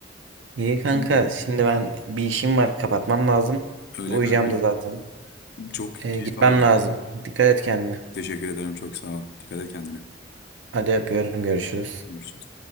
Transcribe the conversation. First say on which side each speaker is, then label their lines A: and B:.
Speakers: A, on the right; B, on the left.
A: İyi kanka.
B: Öyle.
A: Şimdi ben bir işim var. Kapatmam lazım.
B: Öyle
A: Uyuyacağım
B: kanka.
A: da zaten.
B: Çok
A: Ee,
B: keyif
A: gitmem
B: aldım.
A: lazım. Dikkat et kendine.
B: Teşekkür ederim. Çok sağ ol. Dikkat et kendine.
A: Hadi öpüyorum. Görüşürüz.
B: Görüşürüz.